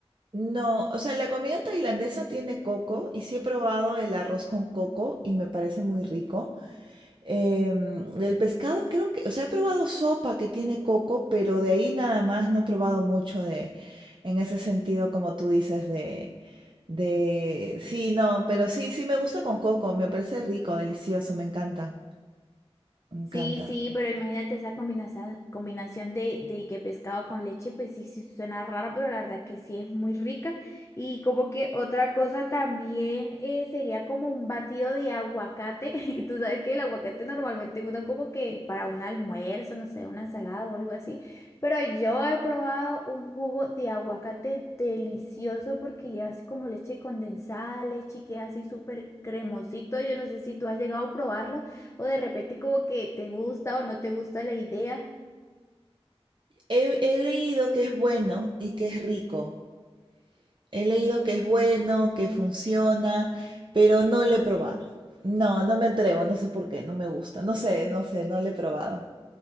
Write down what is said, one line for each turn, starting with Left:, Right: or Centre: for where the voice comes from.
Right: No, o sea, la comida tailandesa tiene coco y sí he probado el arroz con coco y me parece muy rico. Em, del pescado creo que, o sea, he probado sopa que tiene coco, pero de ahí nada más no he probado mucho de, en ese sentido, como tú dices, de, de, sí, no, pero sí, sí me gusta con coco, me parece rico, delicioso, me encanta, me encanta.
Left: Sí, sí, pero imagínate esa combinación, combinación de, de que pescado con leche, pues sí, sí suena rara, pero la verdad que sí es muy rica. Y como que otra cosa también eh, sería como un batido de aguacate. <laughs> Y tú sabes que el aguacate normalmente uno como que para un almuerzo, no sé, una ensalada o algo así. Pero yo he probado un jugo de aguacate delicioso porque lleva así como leche condensada, leche que es así súper cremosito. Yo no sé si tú has llegado a probarlo o de repente como que te gusta o no te gusta la idea.
Right: He, he leído que es bueno y que es rico. He leído que es bueno, que funciona, pero no lo he probado. No, no me atrevo, no sé por qué, no me gusta, no sé, no sé, no lo he probado.